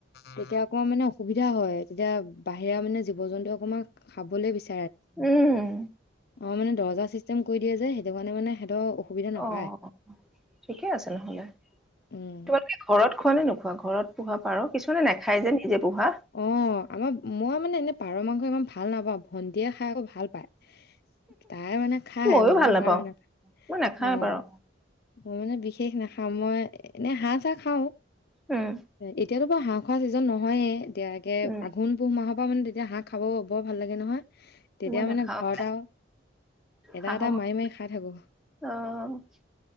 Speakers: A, on the left (about 50°); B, in the centre.
A: তেতিয়া অকমান মানে অসুবিধা হয়, তেতিয়া বাহিৰা মানে জীৱ জন্তু অকণমান খাবলে বিচাৰ
B: উম।
A: অ' মানে দৰজা চিষ্টেম কৰি দিয়ে যে সেইটো কাৰণে মানে সিহঁতৰ অসুবিধা নাপায়
B: অ' ঠিকে আছে নহ'লে,
A: উম
B: তোমালোকে ঘৰত খোৱা নে নোখোৱা ঘৰত পোহা পাৰ কিছুমানে নাখায় যে নিজে পোহা
A: অ' আমাৰ মই মানে এনে পাৰ মাংস ইমান ভাল নাপাও। ভণ্টিয়ে খাই আকৌ ভাল পায়, তাই মানে খায়
B: ময়ো
A: মই
B: ভাল নাপাওঁ
A: পাৰ না,
B: মই নাখাওঁৱে
A: অঁ।
B: বাৰু
A: মই মানে বিশেষ নাখাওঁ মই এনে হাঁহ চাহ খাও।
B: উম
A: এ এতিয়াতো বাৰু হাঁহ খোৱা ছিজন নহয়ে। এতিয়া একে
B: উম
A: আঘোন পুহ মাহত তাৰ মানে তেতিয়া হাঁহ খাব বৰ ভাল লাগে নহয়। তেতিয়া
B: মই নাখাওঁ
A: মানে ঘৰত আৰু এটা-এটা
B: হাঁহৰ মাংস
A: মাৰি- মাৰি খাই থাকো।
B: অ'